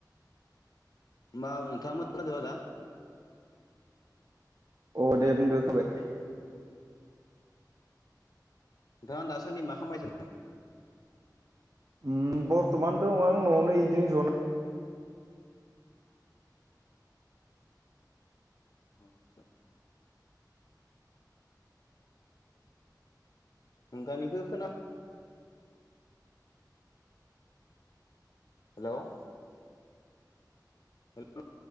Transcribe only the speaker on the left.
ओमबा <unintelligible>
नोंथाङा दा दासान्दि मा खालामबाय थादो
आतसा नोंथांनिखौ खोना हेल'। हेल'।